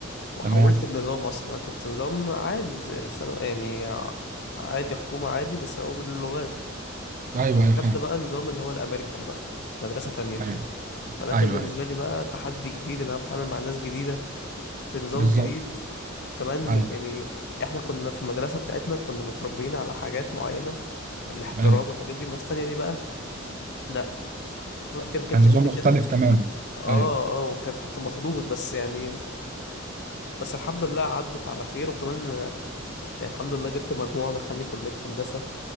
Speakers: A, on the left (about 55°); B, on the right (about 40°).
A: وحولت
B: تمام
A: النظام أصلا أنا كنت نظام عادي زي ثانو- يعني ع- عادي حكومة عادي بس هو باللغات
B: ايوه ايوه فاهم
A: دخلت بقى نظام اللي هو الأمريكان بقى مدرسة تانية
B: ايوه
A: فده
B: ايوه
A: كان بالنسبة
B: ايوه
A: لي بقى تحدي جديد إن أنا بتعامل مع ناس جديدة بنظام
B: بالظبط
A: جديد كمان م...
B: ايوه
A: يعني احنا كنا في المدرسة بتاعتنا كنا متربيين على حاجات معينة الاحترام
B: ايوه
A: والحاجات دي الناس التانية دي بقى لا الوقت ما كانتش
B: كان نظام
A: قد
B: مختلف
A: كده
B: تماما
A: اه
B: ايوه
A: اه وكان كنت مخضوض بس يعني بس الحمد لله عدت على خير وكمان آه، يعني الحمد لله جبت مجموعة دخلني كلية هندسة